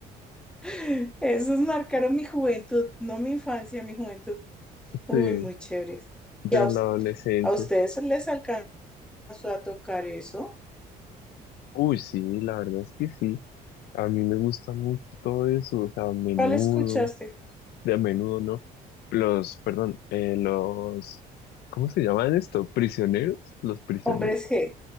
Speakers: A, in the centre; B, on the left.
A: <laughs> Esos marcaron mi juventud, no mi infancia, mi juventud. Uy,
B: sí,
A: muy chévere.
B: ya
A: ¿Y a,
B: en
A: us-
B: la adolescencia,
A: a ustedes les alcanzó a tocar eso?
B: uy sí, la verdad es que sí. A mí me gusta mucho todo eso, o sea, a menudo,
A: ¿Cuál escuchaste?
B: de a menudo, ¿no? Los, perdón, eh, los, ¿cómo se llaman esto? ¿Prisioneros? ¿Los prisioneros?
A: Hombres G.